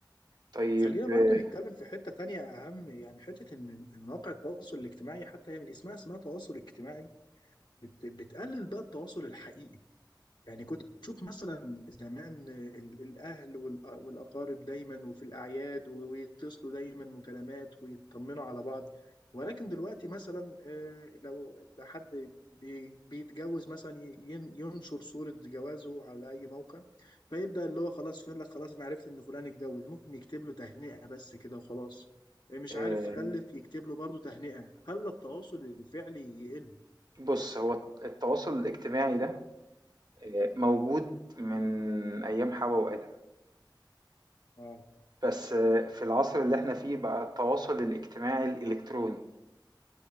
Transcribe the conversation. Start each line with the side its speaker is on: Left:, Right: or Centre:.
Right: طيب
Left: خلينا برضو
Right: آه،
Left: نتكلم في حتة تانية أهم يعني حتة إن المواقع التواصل الاجتماعي حتى هي من اسمها اسمها تواصل اجتماعي بت بتقلل بقى التواصل الحقيقي يعني كنت تشوف مثلا زمان ال- الأهل والأ- والأقارب دايما وفي الأعياد و- ويتصلوا دايما مكالمات ويطمنوا على بعض ولكن دلوقتي مثلا آه، لو حد بي- بيتجوز مثلا ي- ين- ينشر صورة جوازه على أي موقع فيبدأ اللي هو خلاص يقول لك خلاص أنا عرفت إن فلان اتجوز ممكن يكتب له تهنئة بس كده وخلاص آه، مش
Right: آه،
Left: عارف خلف يكتب له برضه تهنئة خلى التواصل الفعلي يقل
Right: بص هو التواصل الاجتماعي ده آه، موجود من ايام حواء وآدم
Left: اه
Right: بس آه، في العصر اللي احنا فيه بقى التواصل الاجتماعي الالكتروني